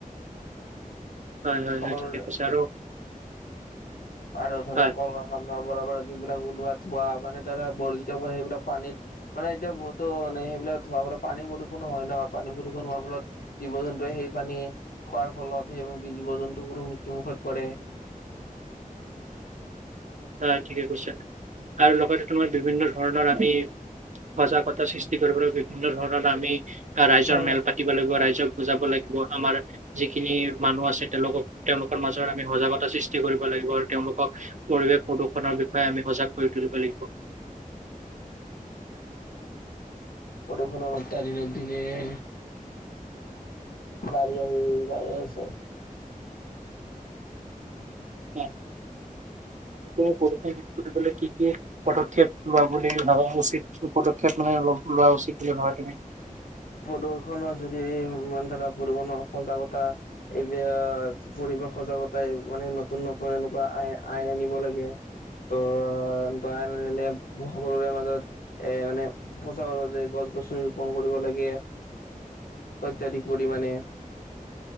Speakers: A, on the right (about 55°); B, on the left (about 85°).
A: হয় হয়
B: সকলো
A: হয় ঠিকে কৈছা আৰু
B: আৰু‌ ধৰা
A: হয়
B: কল কাৰখানাৰ পৰা ওলোৱা যিবিলাক ওলোৱা, ধোৱা, মানে ধৰা বৰজ সেইবিলাক পানী মানে এতিয়া বহুতো মানে সেইবিলাক ধোৱা পৰা পানী প্ৰদূষণ নহয় ন। পানী প্ৰদূষণ হোৱাৰ ফলত জীৱ জন্তুৱে সেই পানীয়ে খোৱাৰ ফলত বি জীৱ জন্তু পুৰো মৃত্যুমুখত পৰে।
A: <inaudible> হয় ঠিকে কৈছে আৰু লগতে তোমাৰ বিভিন্ন ধৰণৰ আমি সজাগতা সৃষ্টি কৰিবলৈ বিভিন্ন ধৰণৰ আমি ৰাইজৰ
B: হয়।
A: মেল পাতিব লাগিব। ৰাইজ- ক বুজাব লাগিব। আমাৰ যিখিনি মানুহ আছে তেওঁলোকক তেওঁলোকৰ মাজত আমি সজাগতা সৃষ্টি কৰি- ব লাগিব আৰু তেওঁলোকক পৰিৱেশ প্ৰদূষণৰ বিষয়ে আমি সজাগ কৰি তুলিব লাগিব।
B: কদখনম তাৰ দনৰক দিন <unintelligible> বাৰী আহি যায়ে আছে।
A: হয়। প প <unintelligible> কি কি পদক্ষেপ লোৱা বুলি ভাবা উচিত পদক্ষেপ মানে অলপ লোৱা উচিতে ধৰা তুমি?
B: প্ৰদূষণৰ যদি মানে ধৰা প্ৰদূষণৰ সজাগতা এইব- সজাগত মানে নতুন নতুন এনেকুৱা আই আন লাগে। ত বা এনে সকলোৰে মাজত এ মানে প্ৰচাৰ কৰে যে গছ -গছনি ৰুপন কৰিব লাগে। কে অত্যাধিক পৰিমাণে